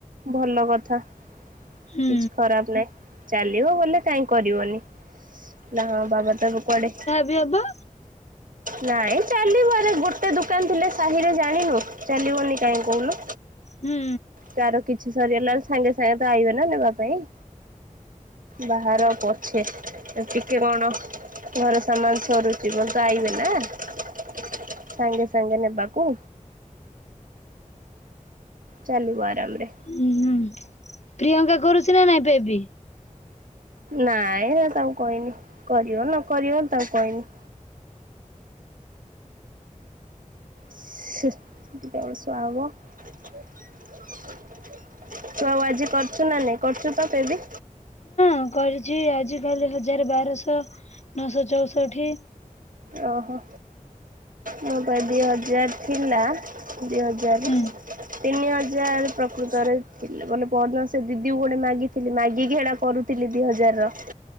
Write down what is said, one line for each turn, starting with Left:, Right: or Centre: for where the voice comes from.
Right: ଭଲ କଥା।
Left: ହୁଁ
Right: କିଛି ଖରାପ ନାହିଁ ଚାଲିବ ବୋଲେ କାହିଁ କରିବନି। ନାଁ ବାବା ତାକୁ କୁଆଡେ
Left: ଝିଅପା
Right: ନାଇଁ ଚାଲିବ ଆରେ ଗୋଟେ ଦୋକାନ ଥିଲେ ସାହିରେ ଜାଣିନୁ ଚାଲିବନି କାହିଁ କହୁନୁ?
Left: ହୁଁ
Right: କାହାର କିଛି ସରିଗଲାରୁ ସାଙ୍ଗେ ସାଙ୍ଗେତ ଆଇବେନା ନେବାପାଇଁ? ବାହାର ପଛେ ଟିକେ କଣ ଘରେ ସାମାନ ସରିଜିବତ ଆଇବେନା ସାଙ୍ଗେ ସାଙ୍ଗେ ନେବାକୁ ଚାଲିବ ଆରାମରେ
Left: ହୁଁ ପ୍ରିୟଙ୍କା କରୁଛିନା ନାଇଁ ଏବେବିି?
Right: ନାଇଁ ତାକୁ କହିନି କରିବ ନକରିବ ତାକୁ କହିନି ସେ ଅଲୁସୁଆ ହବ। ତୁ ଆଉ ଆଜି କରୁଛୁ ନା ନାଇଁ କରୁଛୁ ତ ତେବ?
Left: ହଁ କରିଛି ଆଜି କାଲି ହଜାର ବାରଶହ ନଅଶହଚଉଷଠି
Right: ଓହୋ ମୋ ପାଇଁ ଦି ହଜାର ଥିଲା ଦି ହଜାର
Left: ହୁଁ
Right: ତିନି ହଜାର ପ୍ରକୃତରେ ଥିଲେ ମାନେ ପରଦିନ ସେ ଦିଦି ଗୋଟେ ମାଗିଥିଲି ମାଗିକି ହେଡା କରୁଥିଲି ଦି ହଜାର ର।